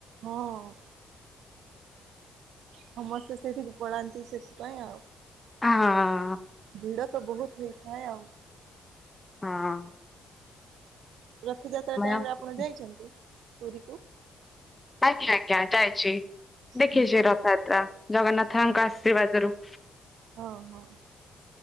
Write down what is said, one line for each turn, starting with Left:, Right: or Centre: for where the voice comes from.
Right: ମୋ-ଓ-ଓ ସମସ୍ତେ ସେଇଠିକି ପଳାନ୍ତି ସେଥିପାଇଁ ଆଉ।
Left: ହଁ-ଅ-ଅ-ଅ,
Right: ଭିଡ଼ ତ ବହୁତ ହେଇଥାଏ ଆଉ।
Left: ହଁ-ଅ-ଅ,
Right: ରଥଯାତ୍ରା ଟାଇମ
Left: ଆଜ୍ଞା
Right: ରେ ଆପଣ ଯାଇଛନ୍ତି ପୁରୀ କୁ?
Left: ଆଜ୍ଞା, ଆଜ୍ଞା ଯାଇଛି। ଦେଖିଛି
Right: ହୁଁ
Left: ରଥଯାତ୍ରା ଜଗନ୍ନାଥଙ୍କ
Right: ହଁ
Left: ଆଶୀର୍ବାଦରୁ।
Right: ହଁ, ହଁ।